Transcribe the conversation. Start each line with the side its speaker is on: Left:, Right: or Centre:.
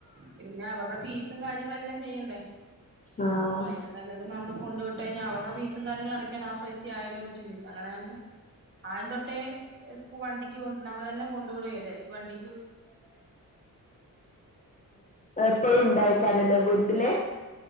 Right: പിന്നെ അവർടെ ഫീസും കാര്യങ്ങളെല്ലാം ചെയ്യണ്ടേ
Left: ആഹ്
Right: അതിലും നല്ലത് നമ്മള് കൊണ്ട് വിട്ട് കഴിഞ്ഞാൽ അവരുടെ ഫീസ് ഫീസും കാര്യങ്ങളും അടക്കാൻ ആ പൈസ ആയല്ലോ എന്ന് ചിന്തിക്കും അങ്ങനെ തന്നെ ആയം തൊട്ടേ സ്കൂ വണ്ടി ണ്ടി കൊ നമ്മളന്നെ കൊണ്ടു വിടുവെ ചെയ്തേ വണ്ടി
Left: എപ്പഴും ഉണ്ടാവ്ക്കാരല്ലേ വിട് വീട്ടില്